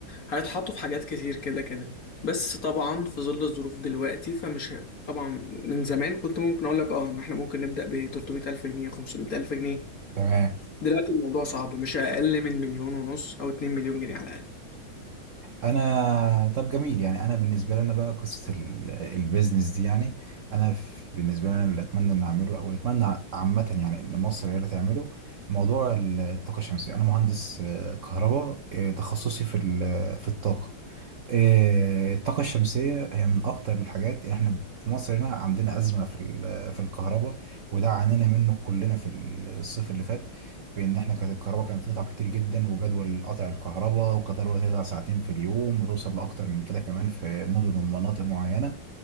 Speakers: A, on the left (about 45°); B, on the right (about 60°).
A: هيتحطوا في حاجات كتير كده كده بس طبعا في ظل الظروف دلوقتي فمش ه- طبعا من زمان كنت ممكن اقول لك اه ان احنا ممكن نبدأ ب 300 الف جنيه 500 الف جنيه
B: تمام
A: دلوقتي الموضوع صعب مش اقل من مليون ونص او 2 مليون جنيه على الاقل
B: انا طب جميل يعني انا بالنسبه لنا بقى قصه ال- البيزنس دي يعني انا في- بالنسبه لنا اللي اتمنى ان اعمله او اللي اتمنى عامه يعني ان مصر هي اللي تعمله موضوع الطاقه الشمسيه انا مهندس آه، كهرباء آه، تخصصي في ال- في الطاقه آه، الطاقة الشمسية هي من أكتر الحاجات يعني إحنا في مصر هنا عندنا أزمة في ال- في الكهرباء وده عانينا منه كلنا في الصيف اللي فات بإن إحنا كانت الكهرباء كانت بتقطع كتير جدا وجدول قطع الكهرباء والكهرباء تقطع ساعتين في اليوم وتوصل لأكتر من كده كمان في مدن ومناطق معينة